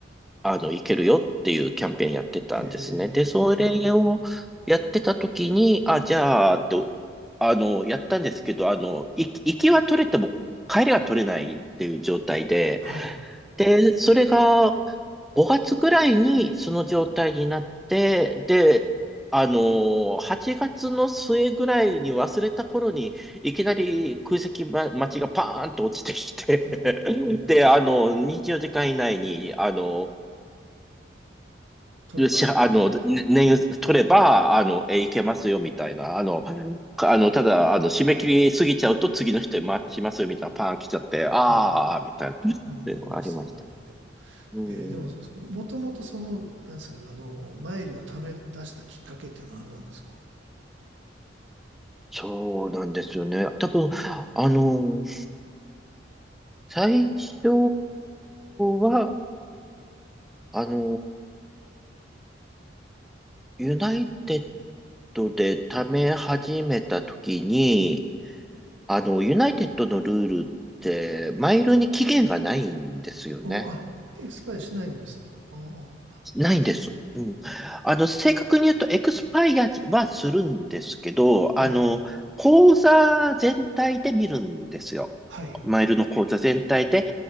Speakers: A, in the centre; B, on the right.
A: あの、いけるよっていうキャンペーンやってたんですね。
B: えええおー
A: で、それをやってた時に、あ、じゃあ、と、あの、やったんですけど、あの、い行きは取れても帰りは取れないっていう状態で、
B: はい、
A: で、それが5月ぐらいにその状態になって、で、あの、8月の末ぐらいに忘れた頃にいきなり空席、ま、待ちがパーンと落ちてきて
B: おーおー
A: <laughs> で、あの、24時間以内に、あの、
B: 取れば、
A: しあの、
B: うん
A: ね年取れば、あの、え、いけますよ、みたいな。あの、かあの、ただ、あの、締め切り過ぎちゃうと次の人に回しますよ、みたいな、パーン来ちゃって、あー、
B: ええ
A: みたいな、っていうのがありましたね。
B: うん、おーすごいな、でも。
A: うん。
B: えーでも、もともとその、なんですかね、あの、マイルを貯め出したきっかけって何なんですか
A: そうなんですよね。多分、あの、最初は、あの、ユナイテッドで貯め始めた時に、あの、ユナイテッドのルールって、マイルに期限がないんですよね。
B: お、あ、エクスパイアしないんですとお、なるほど。
A: ないんです。うん。あの、正確に言うと、エクスパイアはするんですけど、
B: はい。
A: あの、口座全体で見るんですよ。
B: はい。
A: マイルの口座全体で。